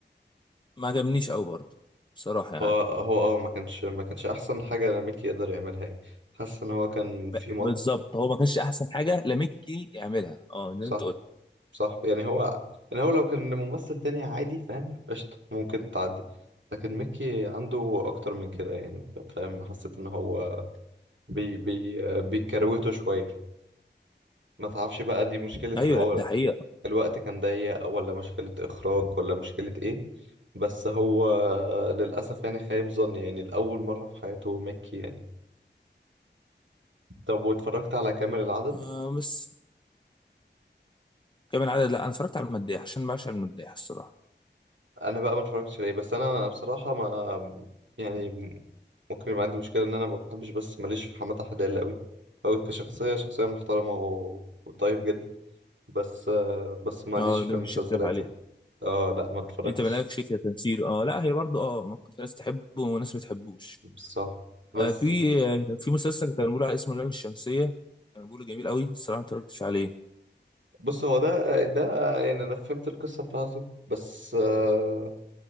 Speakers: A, on the left (about 25°); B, on the right (about 85°).
A: ما عجبنيش قوي برضه بصراحه يعني
B: هو هو اه ما كانش ما كانش احسن حاجة ميكي يقدر يعملها يعني حاسس ان هو كان في
A: ب-
B: مط
A: بالظبط هو ما كانش احسن حاجه لاميكي يعملها اه زي
B: صح
A: ما انت قلت
B: صح يعني هو يعني هو لو كان ممثل تاني عادي فاهم قشطة ممكن تعدي لكن ميكي عنده أكتر من كده يعني فاهم حسيت إن هو بي بي بيكروته شوية ما تعرفش بقى دي مشكلة
A: ايوه
B: اللي هو
A: لا ده حقيقه
B: الوقت كان ضيق ولا مشكلة إخراج ولا مشكلة إيه بس هو للأسف يعني خايب ظني يعني لأول مرة في حياته ميكي يعني طب واتفرجت على كامل العدد؟
A: آه بس كمان عدد لا انا اتفرجت على المداح عشان بعشق المداح الصراحه
B: انا بقى ما اتفرجتش عليه بس انا بصراحه ما يعني ممكن يبقى عندي مشكله ان انا ما بحبش بس ماليش في حماده حلال قوي فهو كشخصيه شخصيه محترمه و- وطيب جدا بس آه، بس ماليش
A: اه
B: في
A: ده مفيش
B: المسلسلات
A: اختلاف عليها
B: اه لا ما اتفرجتش
A: انت مالكش كتمثيل اه لا هي برضه اه ممكن في ناس تحبه وناس ما تحبوش
B: بصح بس
A: آه في آه في مسلسل كان بيقول على اسمه اللام الشمسيه كان بيقول جميل قوي الصراحه ما اتفرجتش عليه
B: بص هو ده ده يعني انا فهمت القصه بتاعته بس آه،